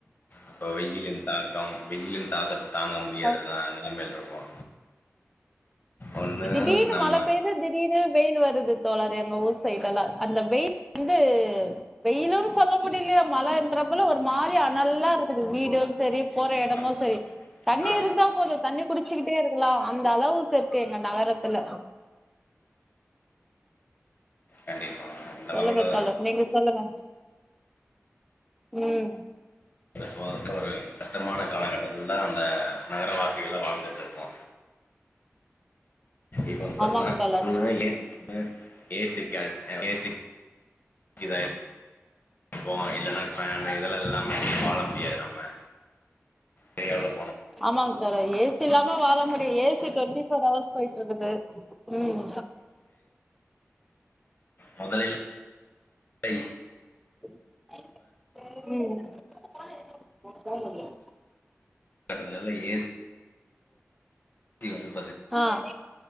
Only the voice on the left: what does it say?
அப்போ வெய்யிலின் தாக்கம் வெயிலின் தாக்கத்த தாங்க முடியாது
அதா நெலைமையில இருக்கோ ஒண்ணு
நம்ம
ஆ
ஆமா
கண்டிப்பா இந்த
அளவுல
<unintelligible> ஒரு கஷ்டமான காலகட்டத்துல தா அந்த நகரவாசிகளா வாழ்ந்துட்ருக் கோ இப்ப வந்து பாத்தீங்கன்னா
<inaudible> ஏ சி கா ஏ சி கிது இப்போ இல்லன்னா ஃபேன் இதெல்லா இல்லாம வாழ முடியாது நம்ம பெரிய அளவு
மொதல்லிலா பை
<unintelligible> னால ஏசி <unintelligible>